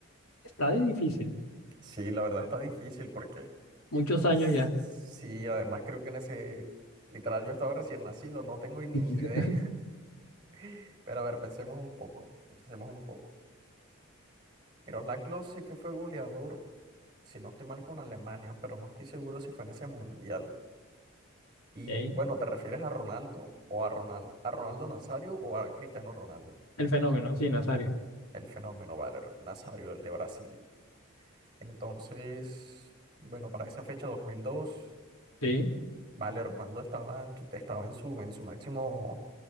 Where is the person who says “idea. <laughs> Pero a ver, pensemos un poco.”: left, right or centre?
Right